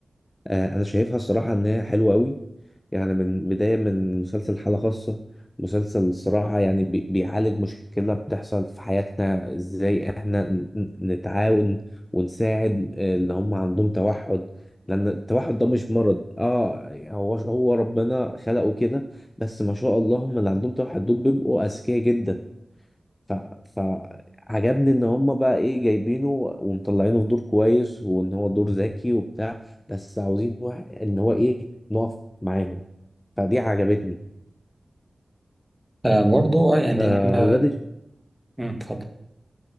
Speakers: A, on the left (about 25°); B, in the centre.
A: آه، انا شايفها الصراحه ان هي حلوه قوي يعني من بدايه من مسلسل حاله خاصه مسلسل الصراحه يعني بي- بيعالج مشكله بتحصل في حياتنا ازاي احنا ن- ن- نتعاون ونساعد آه، اللي هم عندهم توحد لان التوحد ده مش مرض اه هو هو ربنا خلقه كده بس ما شاء الله هم اللي عندهم توحد دول بيبقوا اذكياء جدا ف... فعجبني ان هم بقى ايه جايبينه ومطلعينه في دور كويس وان هو دور ذكي وبتاع بس عاوزين واحد ان هو ايه نقف معاهم فدي عجبتني
B: آه، برضو آه، يعني
A: آه
B: احنا
A: ولاد الش-
B: مم، اتفضل